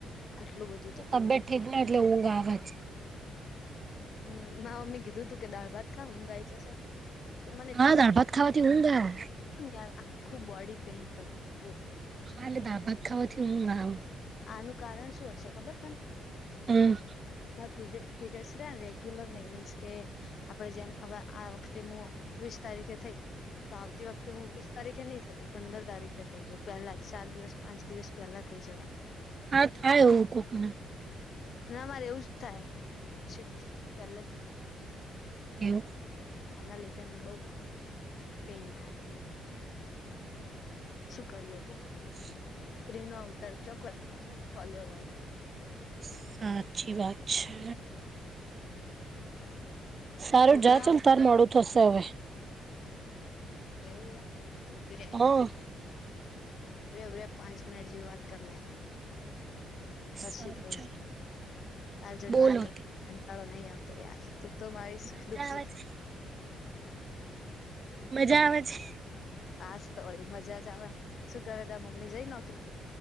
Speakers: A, on the left; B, on the right.
A: આટલું બધું તો
B: તબયત ઠીક ના હોય એટલે ઊંઘ આવે જ.
A: હમ્મ મા મમ્મી કીધું તું કે દાળ ભાત ખાવ હું ઊંઘ આય જશે. મને એટલું
B: હા દાળ ભાત ખાવાથી ઊંઘ આવે
A: <unintelligible> આખું બોડી પેઇન કરતું હતું બોલ.
B: હાલે દાળ ભાત ખાવાથી ઊંઘ ના આવ.
A: આનું કારણ શું હશે ખબર તને
B: હમ્મ.
A: પીરીયડ રેગ્યુલર નઈ મીન્સ કે આપે જેમ હવે આ વખતે હું વીસ તારીખે થઈ તો આવતી વખતે હું વીસ તારીખે નઈ થતી પંદર તારીખે થઈ જો પહેલા જ ચાર દિવસ પાંચ દિવસ પહેલા થઈ જવાય
B: હા થાય એવું કોક ને.
A: ના મારે એવું જ થાય છેક થી પહેલેથી
B: એવું.
A: એના લીધે મને બઉ પેન થાય. શું કરીએ કે
B: <inaudible>
A: સ્ત્રી નો અવતર ચોકવાય કોલ્યો હોય.
B: સાચી વાત છે. સારું
A: છોકરાઓને
B: જા ચલ તાર મોડું થશે હવે.
A: એવું હે ઉભી રે.
B: હા
A: ઉભી રે ઊભી રે પાંચ મિનીટ જેવી વાત કર લે. પછી
B: સારું
A: જઉં
B: ચાલ
A: તાર જોડે
B: બોલો
A: વાત કર કંટાળો નહી આવતો યાર તું તો મારી
B: મજા
A: સુખ દુખ
B: આવે
A: ની
B: છે મજા આવે છે
A: હાસ તો વળી મજા જ આવે શું કરે તાર મમ્મી જઈ નોકરી